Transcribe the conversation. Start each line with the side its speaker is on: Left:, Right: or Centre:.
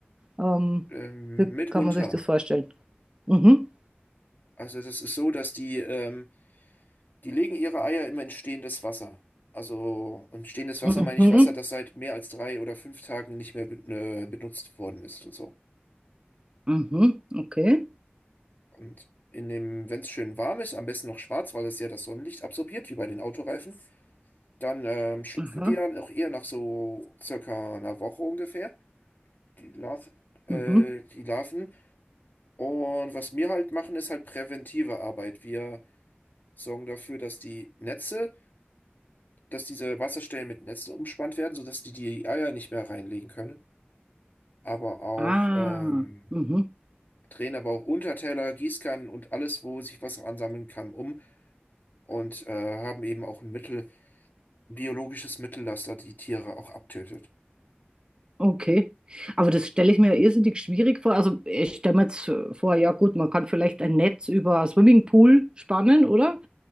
Right: ähm,
Left: ähm,
Right: wie
Left: mitunter.
Right: kann man sich das vorstellen? Mhm.
Left: Also das ist so, dass die, ähm, die legen ihre Eier immer in stehendes Wasser. Also, und stehendes Wasser
Right: Mhm.
Left: meine ich Wasser, das seit mehr als drei oder fünf Tagen nicht mehr be äh, benutzt worden ist und so.
Right: Mhm, okay.
Left: Und in dem, wenn es schön warm ist, am besten noch schwarz, weil es ja das Sonnenlicht absorbiert, wie bei den Autoreifen, dann ähm, schlüpfen
Right: Aha,
Left: die dann auch eher nach so circa einer Woche ungefähr, die Larv äh,
Right: mhm.
Left: die Larven. Und was wir halt machen, ist halt präventive Arbeit. Wir sorgen dafür, dass die Netze dass diese Wasserstellen mit Netzen umspannt werden, sodass die die Eier nicht mehr reinlegen können. Aber auch
Right: Ah,
Left: ähm,
Right: mhm,
Left: drehen aber auch Unterteller, Gießkannen und alles, wo sich Wasser ansammeln kann, um und äh, haben eben auch ein Mittel, ein biologisches Mittel, das da die Tiere auch abtötet.
Right: okay. Aber das stelle ich mir irrsinnig schwierig vor. Also ich stelle mir jetzt äh, vor, ja gut, man kann vielleicht ein Netz über einen Swimmingpool spannen, oder?